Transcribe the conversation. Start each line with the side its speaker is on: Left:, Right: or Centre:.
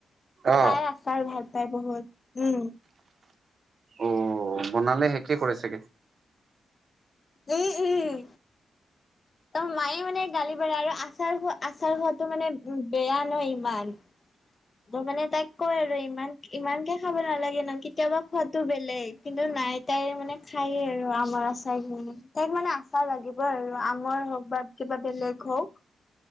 Right: অ
Left: তাই আচাৰ ভাল পায় বহুত উম।
Right: অ বনালে সেকে কৰে চাগে?
Left: উম উম ত মায়ে মানে গালি পাৰ আৰু আচাৰ খোৱা আচাৰ খোৱাটো মানে বেয়া ন ইমান। ত মানে তাইক কয় আৰু ইমান ইমানকে খাব নালাগে না কেতিয়াবা খোৱাত টো বেলেগ কিন্তু নাই তাই মানে খায়েই আৰু আমৰ আচাৰবোৰ তাইক মানে আচ- চাৰ লাগিব আৰু আমৰ হওক বা কিবা বেলেগ হওক।